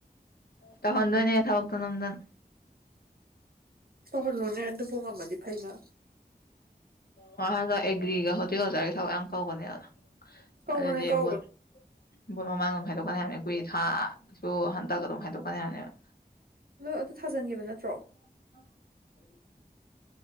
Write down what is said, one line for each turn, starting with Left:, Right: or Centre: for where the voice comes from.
Left: ꯇꯧꯍꯟꯗꯣꯏꯅꯦ ꯊꯕꯛꯇꯣ ꯅꯝꯗꯅ
Right: ꯇꯧꯍꯜꯂꯣꯅꯦ ꯑꯗꯨꯕꯨ ꯉꯝꯃꯗꯤ ꯐꯩꯅ
Left: ꯃꯥ ꯍꯟꯗꯛ ꯑꯦꯒ꯭ꯔꯤꯒ ꯍꯧꯇꯦꯜ ꯑꯣꯖꯥꯒꯤ ꯊꯕꯛ ꯌꯥꯝ ꯀꯧꯕꯅꯦ
Right: ꯀꯧꯕꯅꯦ
Left: ꯑꯗꯨꯗꯤ
Right: ꯀꯧꯕꯅꯦ
Left: ꯚꯣꯠ ꯚꯣꯠ ꯃꯃꯥꯡꯗ ꯍꯥꯏꯗꯣꯛꯀꯅꯤ ꯍꯥꯏꯕꯅꯦ ꯀꯨꯏ ꯊꯥꯁꯨ ꯍꯟꯇꯛ ꯑꯗꯨꯝ ꯈꯥꯏꯗꯣꯛꯀꯅꯤ ꯍꯥꯏꯅꯦꯕ
Right: ꯅꯪ ꯑꯗꯨ ꯊꯥꯖꯟꯒꯤꯕ ꯅꯠꯇ꯭ꯔꯣ
Left: <unintelligible>